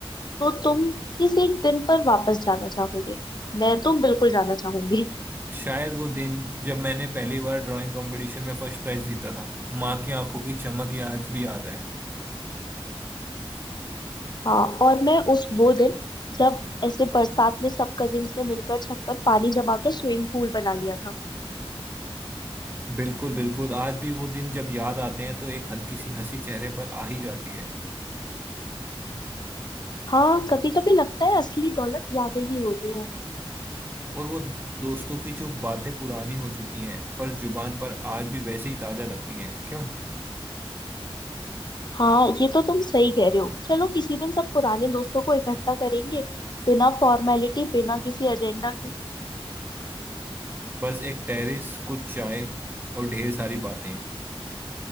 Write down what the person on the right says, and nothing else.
शायद वो दिन जब मैंने पहली बार ड्राइंग कंपटीशन में फर्स्ट प्राइज जीता था माँ की आंखों की चमक ये आज भी याद है
बिल्कुल बिल्कुल आज भी वो दिन जब याद आते हैं तो एक हल्की सी हंसी चेहरे पर आ ही जाती है
और वो दोस्तों की जो बातें पुरानी हो चुकी हैं पर जुबान पर आज भी वैसे ही ताजा लगती हैं क्यों
बस एक टेरेस कुछ चाय और ढेर सारी बातें